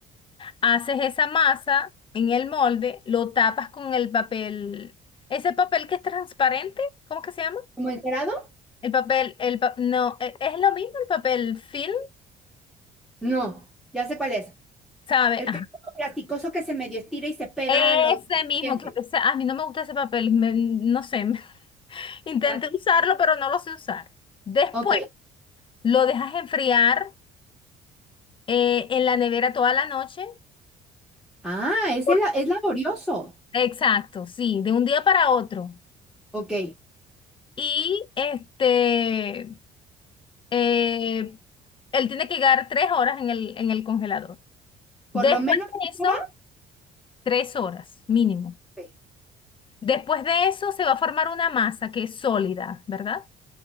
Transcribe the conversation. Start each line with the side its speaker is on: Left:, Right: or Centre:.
Left: haces esa masa en el molde, lo tapas con el papel, ese papel que es transparente, ¿cómo que se llama?
Centre: ¿Como encerado?
Left: El papel, el pa- no, e- es lo mismo el papel film,
Centre: No, ya sé cuál es.
Left: ¿sabe?
Centre: El que es como plasticoso que se medio estira y se pega
Left: Ese
Centre: a los
Left: mismo,
Centre: dientes.
Left: que ese- a mí no me gusta ese papel, me- no sé, <laughs> intenté
Centre: Ya.
Left: usarlo, pero no lo sé usar. Después
Centre: Ok.
Left: lo dejas enfriar eh, en la nevera toda la noche.
Centre: Ah, ese
Left: Por-
Centre: la- es laborioso.
Left: Exacto, sí, de un día para otro.
Centre: Ok.
Left: Y este, eh, él tiene que quedar tres horas en el, en el congelador.
Centre: Por
Left: Después
Centre: lo menos
Left: de eso,
Centre: ahora.
Left: tres horas mínimo.
Centre: Ok.
Left: Después de eso se va a formar una masa que es sólida, ¿verdad?